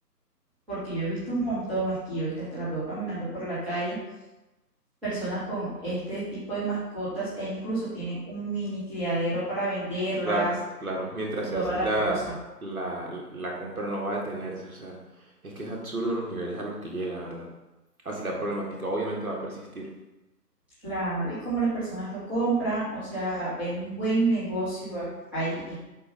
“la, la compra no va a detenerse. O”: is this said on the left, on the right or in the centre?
Right